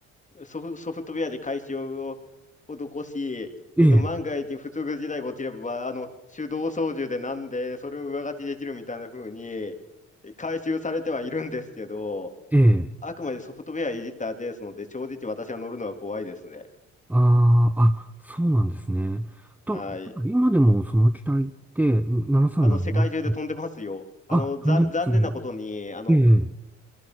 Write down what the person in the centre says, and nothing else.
ええ、
ええ、
ああ、あ、そうなんですね。と、
今でもその機体って737って、
あ、
飛んでますね。
ええ、